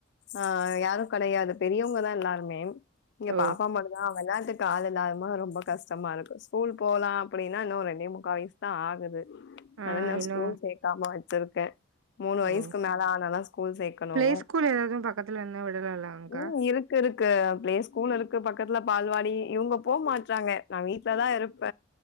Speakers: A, on the left; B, on the right.
A: ஆ யாரு கெடையாது பெரியவங்கதா எல்லாருமே இங்க
B: ஓ
A: பாப்பா மட்டுதா வெளாட்டுக்கு ஆள் இல்லாம ரொம்ப கஷ்டமா இருக்கு ஸ்கூல் போலா அப்டின்னா இன்னு ரெண்டு முக்கா வயஸ் தா ஆகுது
B: ஆ
A: அதனா நா
B: இன்னு
A: ஸ்கூல் சேக்காம வச்சிருக்கே மூணு வயசுக்கு
B: ஓ
A: மேல ஆனாதா ஸ்கூல் சேக்கணும்
B: பிளே ஸ்கூல் ஏதாவது பக்கத்துல இருந்தா விடலாம்லங்கா?
A: ம் இருக் கு இருக்கு ப்ளே ஸ்கூல் இருக்கு பக்கத்துல பால்வாடி இவுங்க போ மாட்டறாங்க நா வீட்லதா இருப்ப